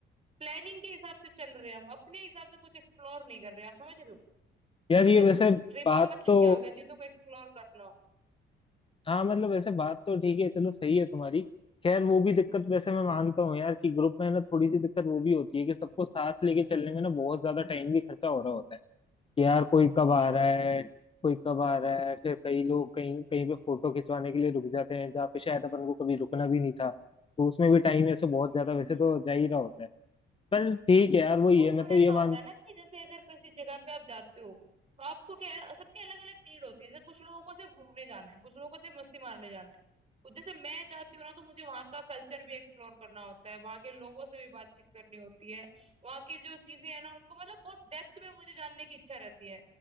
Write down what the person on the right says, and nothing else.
प्लानिंग के हिसाब से चल रहे हैं हम अपने हिसाब से कुछ एक्सप्लोर नहीं कर रहे आप समझ रहे हो
और
जब
ट्रिप
का मतलब
क्या हो गया चीजों को एक्सप्लोर करना
हम्म
हम्म
हम्म,
हम्म।
बहुत
बार
ऐसा
होता है ना कि जैसे अगर किसी जगह पे आप जाते हो तो आपको क्या है सबकी अलग अलग नीड होती है जैसे कुछ लोगों को सिर्फ घूमने जाना है कुछ लोगों को सिर्फ मस्ती मारने जाना है तो जैसे मैं जाती हूँ ना तो मुझे वहाँ का कल्चर भी एक्सप्लोर करना होता है वहाँ के लोगों से भी बातचीत करनी होती है वहाँ की जो चीजें है ना उनको मतलब बहुत डेप्थ में मुझे जानने की इच्छा रहती है